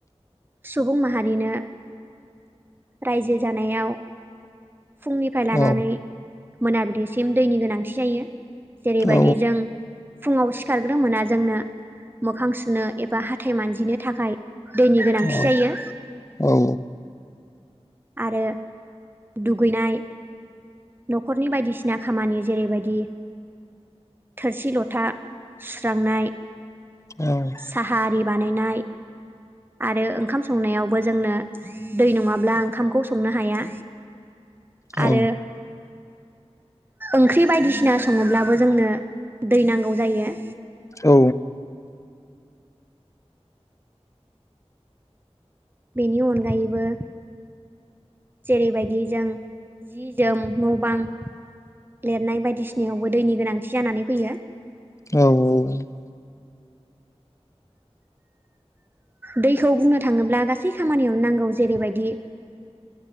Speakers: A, on the right; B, on the left.
A: सुबुं माहारिनो रायजो जानायाव फुंनिफ्राय लानानै
B: औ
A: मोनाबिलिसिम दैनि गोनांथि जायो। जेरैबादि
B: औ
A: जों फुङाव सिखारग्रो मोना जोंनो मोखां सुनो एबा हाथाय मानजिनो थाखाय दैनि गोनांथि
B: औ
A: जायो।
B: औ।
A: आरो दुगैनाय न'खरनि बायदिसिना खामानि जेरैबायदि थोरसि लथा सुस्रांनाय
B: औ
A: साहा आरि बानायनाय आरो ओंखाम संनायावबो जोंनो दै नङाब्लां खामखौ संनो हाया
B: औ
A: आरो ओंख्रि बायदिसिना सङोब्लाबो जोंनो दै नांगौ जायो
B: औ
A: बेनि अनगायैबो जेरैबायदि जों जि जोम न' बां लिरनाय बायदिसिनायावबो दैनि गोनांथि जानानै फैयो
B: औ औ औ
A: दैखौ बुंनो थाङोब्ला गासै खामानियावनो नांगौ जेरैबायदि